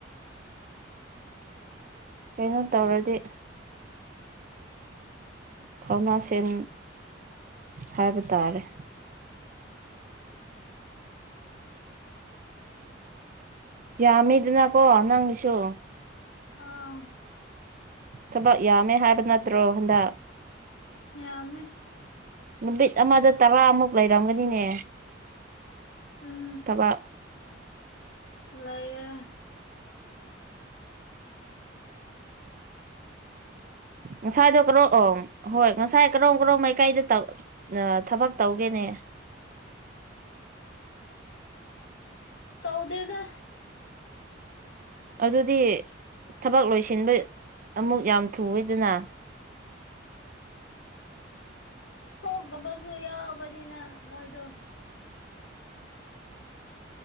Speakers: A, on the right; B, on the left.
A: ꯀꯩꯅꯣ ꯇꯧꯔꯗꯤ ꯊꯧꯅꯥ ꯁꯦꯟ ꯍꯥꯏꯕ ꯇꯥꯔꯦ ꯌꯥꯝꯃꯤꯗꯅꯀꯣ ꯅꯪꯁꯨ
B: ꯑꯥ
A: ꯊꯕꯛ ꯌꯥꯝꯃꯦ ꯍꯥꯏꯕ ꯅꯠꯇ꯭ꯔꯣ ꯍꯟꯗꯛ
B: ꯌꯥꯝꯃꯦ
A: ꯅꯨꯃꯤꯠ ꯑꯃꯗ ꯇꯔꯥꯑꯃꯨꯛ ꯂꯩꯔꯝꯒꯅꯤꯅꯦ
B: ꯎꯝ
A: ꯊꯕ
B: ꯂꯩꯌꯦ
A: ꯉꯁꯥꯏꯗꯣ ꯀꯔꯣꯛꯑꯣ ꯍꯣꯏ ꯉꯁꯥꯏ ꯀꯔꯣꯝ ꯀꯔꯣꯝ ꯃꯥꯏꯀꯥꯏꯗ ꯇꯧ ꯅ ꯊꯕꯛ ꯇꯧꯒꯦꯅꯦ
B: ꯇꯧꯗꯦꯗ
A: ꯑꯗꯨꯗꯤ ꯊꯕꯛ ꯂꯣꯏꯁꯤꯟꯕ ꯑꯃꯨꯛ ꯌꯥꯝ ꯊꯨꯋꯦꯗꯅ
B: ꯄꯣꯛꯇꯕꯁꯨ ꯌꯥꯎꯕꯅꯤꯅ ꯃꯣꯏꯗꯣ